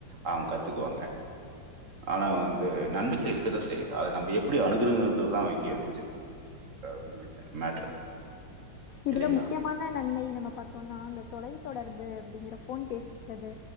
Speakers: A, on the right; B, on the left.
A: அவுங்க கத்துக்குவாங்க ஆனா வந்து நன்மைகள் இருக்கதா செய்யு அத நம்ம எப்படி அணுகுருங்குறுதுதா முக்கியோ வந்து மேட்ரு
B: இதுல
A: இல்லைங்களா?
B: முக்கியமா ன நன்மை நம்ம பாத்தோனா இந்த தொலை தொடர்பு அப்டிங்கற ஃபோன் பேசிக்கிறது